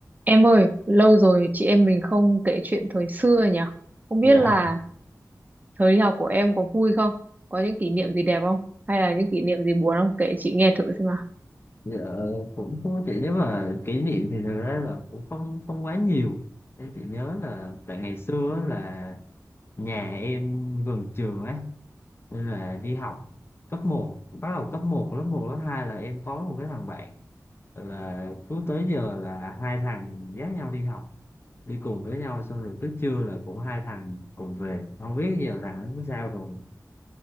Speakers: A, on the right; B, on the left.
A: Em ơi, lâu rồi chị em mình không kể chuyện thời xưa nhỉ? Không biết
B: dạ
A: là thời đi học của em có vui không? Có những kỷ niệm gì đẹp không? Hay là những kỷ niệm gì buồn không? Kể chị nghe thử xem nào.
B: dạ cũng thú chị nếu mà kỷ niệm thì thật ra là cũng không không quá nhiều em chỉ nhớ là tại ngày xưa á là nhà em gần trường ấy nên là đi học cấp một bắt đầu cấp một lớp một lớp 2 là em có một cái thằng bạn là cứ tới giờ là hai thằng dắt nhau đi học đi cùng với nhau xong rồi cứ trưa là cũng hai thằng cùng về không biết giờ thằng nó sao rồi